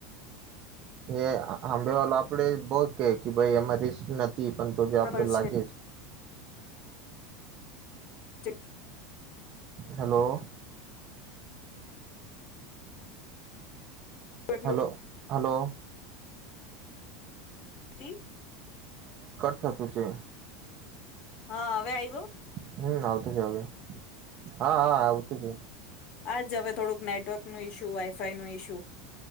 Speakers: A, on the right (about 45°); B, on the left (about 50°).
A: એ આંબે આપડે બોહ. કે કે ભાઈ એમાં રિસ્ક નથી પણ તો ભી
B: બરાબર
A: આપડે
B: છે
A: લાગે.
B: ્ જે.
A: હલો.
B: યુઝ એટલું
A: હલો. હલો.
B: તે.
A: થ તુ છે.
B: હા હવે આવ્યુ.
A: હમ્મ આવતું છે, હવે હા હા આવતું છે.
B: આ જ હવે થોડુંક નેટવર્ક નું ઇશુ વાઈફાઈ નું ઇશુ.